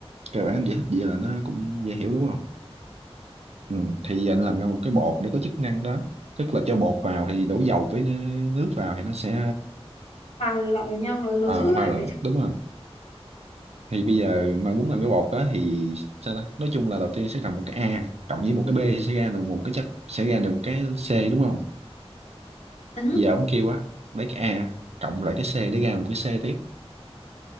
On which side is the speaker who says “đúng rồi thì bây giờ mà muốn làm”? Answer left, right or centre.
Right